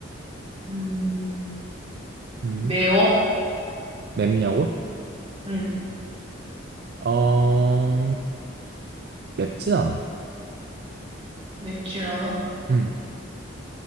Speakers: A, on the right; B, on the right.
A: 음,
B: 음
A: 매워?
B: 맵냐고?
A: 응,
B: 어, 맵진 않아.
A: 맵진 않아.
B: 음,